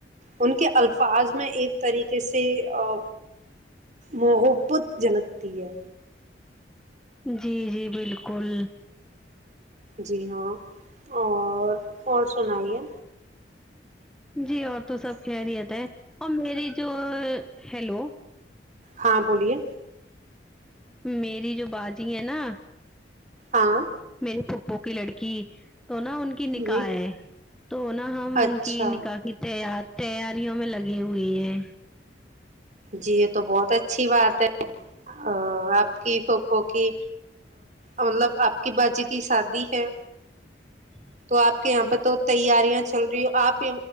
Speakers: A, on the right; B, in the centre.
A: ان کے الفاظ میں ایک طریقے سے آ محبت جھلکتی ہے
B: جی جی بالکل
A: جی ہاں اور اور سنائیے
B: جی اور تو سب خیریت ہے اور میری جو ہیلو
A: ہاں بولیے
B: میری جو باجی ہے نا
A: ہاں
B: میری پھپھو کی لڑکی تو نا ان کی نکاح
A: جی
B: ہے تو نا ہم
A: اچھا
B: ان کی نکاح تیا تیاریوں میں لگے ہوے ہے
A: جی یے تو بہت اچھی بات ہے آ آپ کی فو پھو کی مطلب آپ کی باجی کی شادی ہے
B: جی
A: تو آپ کے یہاں پہ تو تیاریاں چل رہی ہیں آپ